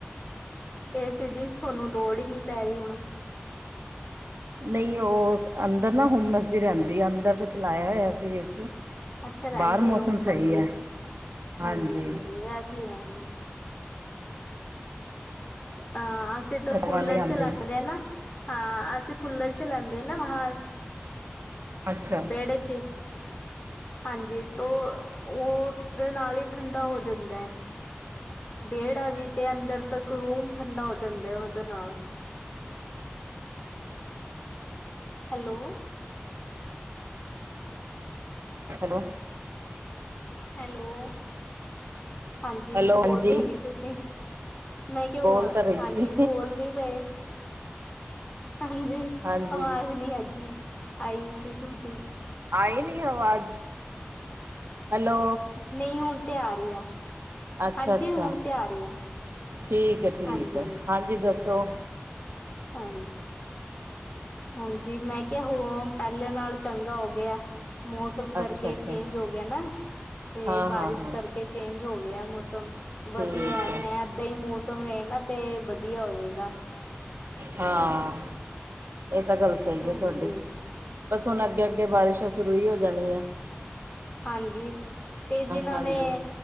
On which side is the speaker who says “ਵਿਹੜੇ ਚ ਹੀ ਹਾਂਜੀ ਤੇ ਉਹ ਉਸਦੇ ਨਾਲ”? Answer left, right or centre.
Left